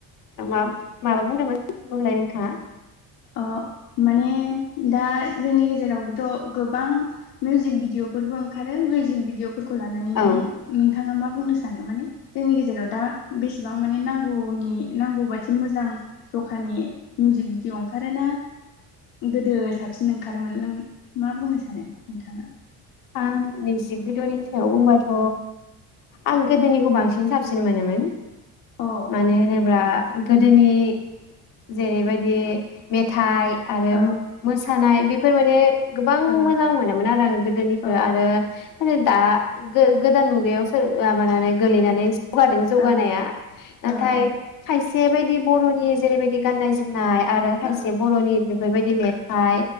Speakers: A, on the left; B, on the left.
A: माबा माबा बुंदोंमोन बुंलाय नोंथाङा
B: ओ माने दा जोंनि गेजेरावबोथ' गोबां मिउजिक भिडिअफोरबो ओंखारो मिउजिक भिडिअफोर खौ लानानै
A: औ
B: नों नोंथाङा मा बुंनो सानो माने जोंनि गेजेराव दा बेसेबां माने नांगौनि नांगौ बादि मोजां जखानि मिउजिक भिडिअ ओंखारोना गोदो साबसिन ओंखारोमोन नों मा बुंनो सानो नोंथाङा?
A: आं मिउजिक भिडिअ'नि सायाव बुंबाथ' आं गोदोनिखौ बांसिन साबसिन मोनोमोन।
B: औ
A: मानो होनोब्ला गोदोनि जेरैबायदि मेथाइ आरो
B: औ
A: मोसानाय बे <unintelligible> गोबां
B: ओ
A: मोजां मोनोमोन आरो आं गोदोनि आरो
B: ओ
A: <unintelligible> <unintelligible> गोदान मुगायाव सोर लाबोनानै गोलैनानै जौगादों जौगानाया
B: ओं
A: नाथाय
B: ओ ओ
A: खायसे बेबायदि बर'नि जेरैबायदि गाननाय जोमनाय आरो खायसे
B: औ
A: बर'नि बेफोरबायदि मे थाइ